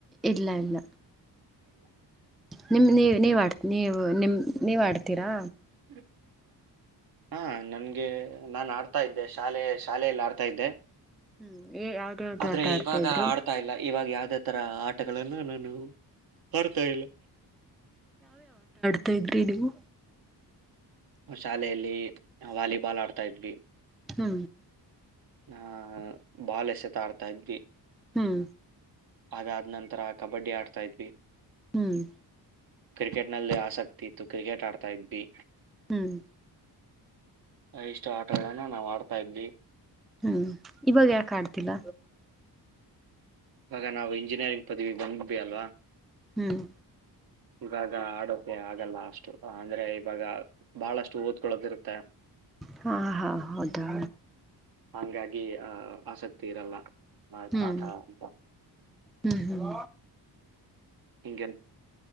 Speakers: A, in the centre; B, on the right.
A: ಇಲ್ಲ ಇಲ್ಲ
B: <inaudible>
A: ನಿಮ್ ನೀ ನೀ್ ಆಡ್ ನೀವು ನಿಮ್ ನೀವ್ ಆಡ್ತೀರಾ
B: ಹ್ಮ ಹಾ ನನ್ಗೆ ನಾನು ಆಡ್ತಾ ಇದ್ದೆ ಶಾಲೆ ಶಾಲೆಯಲ್ಲಿ ಆಡ್ತಾ ಇದ್ದೆ
A: ಹ್ಮ್ ಯಾವ್ದ ಯಾವ್ದು
B: ಆದ್ರೆ
A: ಆಟ ಆಡ್ತಾ
B: ಇವಾಗ
A: ಇದ್ರು
B: ಆಡ್ತಾ ಇಲ್ಲ ಇವಾಗ ಯಾವ್ದೇ ತರ ಆಟಗಳಗಳನ್ನು ನಾನು ಬರ್ತಾ ಇಲ್ಲ
A: ತ ಇದ್ರಿ ನೀವು
B: ಶಾಲೆಯಲ್ಲಿ ವಾಲಿಬಾಲ್ ಆಡ್ತ ತಾ ಇದ್ಲಿ
A: ಹಾ
B: ಆಹ ಬಾಲ್ ಎಸೆತಾಡ್ತಾ ಇದ್ವಿ
A: ಹ್ಮಞ
B: ಅಾದ್ ನಂತರ ಕಬಡ್ಡಿ ಆಡ್ತಾ ಇದ್ವಿ
A: ಹ್ಮ್
B: ಕ್ರಿಕೆಟ್ ನಲ್ಲಿ ಆಸಕ್ತಿ ಇತ್ತು ಕ್ರಿಕೆಟ್ ಆಡ್ತಾ ಇದ್ಿ
A: ಹ್ಮ್
B: ಇಷ್ಟು ಆಟಗಳನ ನಾವು ಆಡ್ತಾ ಇದ್ವಿ
A: ಹ್ಮ್ ಇವಾಗ ಯಾಕ ಆಡ್ತಿಲ್ಲ
B: ಇವಾಗ ನಾವು ಇಂಜಿನಿಯರಿಂಗ್ ಪದವಿ ಬಂದಪ ಅಲ್ವಾ
A: ಹ್ಮ್
B: ಇವಾಗ ಆಡೋಕೆ ಆಗಲ್ಲ ಅಷ್ಟು ಅಂದ್ರೆ ಇವಾಗ ಬಹಳಷ್ಟು ಓದ್ಕೊಳ್ಳೋದಿರುತ್ತೆ
A: ಹಾ ಹಾ ಹೌದಾ
B: ಹಂಗಾಗಿ ಆಹ್ ಆಸಕ್ತಿ ತೀರಲ್ಲ
A: ಹ್ಮ್
B: ಆಠ ಅಂತ
A: ಹ್ಮ್ ಹ್ಮ್
B: ಹಂಗೆನ್